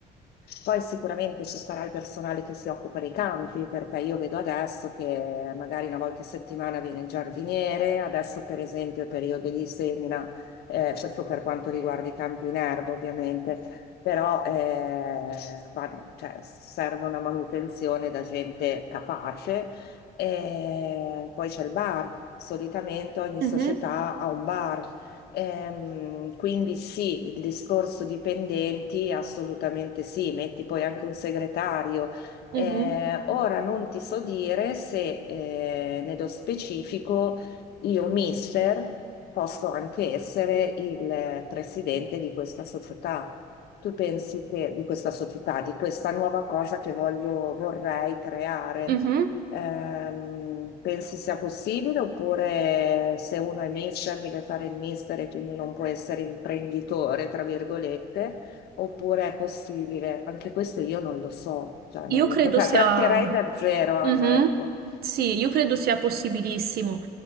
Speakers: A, on the left (about 70°); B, on the right (about 65°).
A: poi sicuramente ci sarà il personale che si occupa dei campi, perché io vedo adesso che magari una volta a settimana viene il giardiniere, adesso per esempio è periodo di semina, eh, questo per quanto riguarda i campi in erba ovviamente, però eh, va- cioè, serve una manutenzione da gente capace. E poi c'è il bar, solitamente ogni
B: Mhm,
A: società ha un bar Ehm, quindi sì, il discorso dipendenti, assolutamente sì, metti poi anche un segretario.
B: mhm,
A: Eh, ora non ti so dire se eh, nello specifico io, mister, posso anche essere il presidente di questa società. Tu pensi che di questa società, di questa nuova cosa che voglio, vorrei creare?
B: mhm.
A: Ehm, pensi sia possibile oppure se uno è mister deve fare il mister e quindi non può essere imprenditore, tra virgolette, oppure è possibile? Anche questo io non lo so, cioè
B: Io
A: non
B: credo
A: lo potrei-
B: sia...
A: partirei da zero, Anna,
B: Mhm.
A: ecco.
B: Sì, io credo sia possibilissimo,